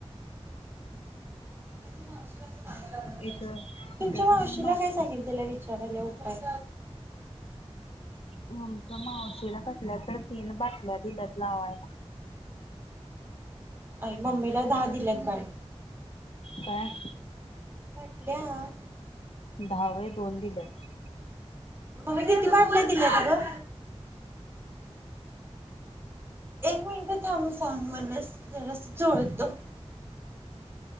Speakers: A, on the right; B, on the left.
A: त्यांच्या मावशी
B: इथं
A: तुमच्या
B: इथं
A: मावशीला
B: सगळी मा
A: काय सांगितलेलं वि विचारले उ काय?
B: आमच्या मावशीला कसल्या तर तीन बाटल्या दिल्यात. लावा.
A: अ मम्मीला दहा दिल्यात बाय.
B: काय?
A: म्हटल्या हं
B: दहावे दोन दिलेत.
A: मग किती बाांटल्या दिल्या ग? एक मिनिट थांब सांग म्हणस जरासं चोळतो.